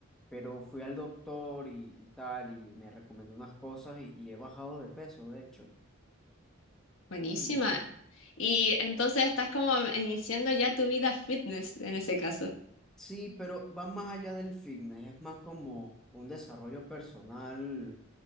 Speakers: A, in the centre; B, on the left (about 60°).
A: pero fui al doctor y, y tal, y me recomendó unas cosas y, y he bajado de peso, de hecho.
B: Buenísima.
A: <clears throat>
B: Y entonces estás como iniciando ya tu vida fitness en ese caso.
A: Sí, pero va más allá del fitness, es más como un desarrollo personal,